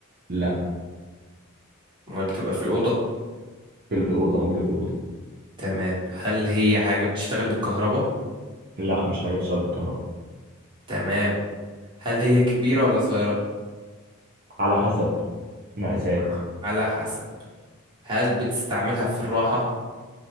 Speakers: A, on the right; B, on the right.
A: لا
B: امال بتبقى في الأوضة
A: في الاوضه موجوده في الاوضه
B: تمام هل هي حاجة بتشتغل بالكهرباء
A: لا مش حاجه بتشتغل بالكهرباء
B: تمام هل هي كبيرة ولا صغيرة
A: على حسب مقاسات
B: ع- على حسب هل بتستعملها في الراحة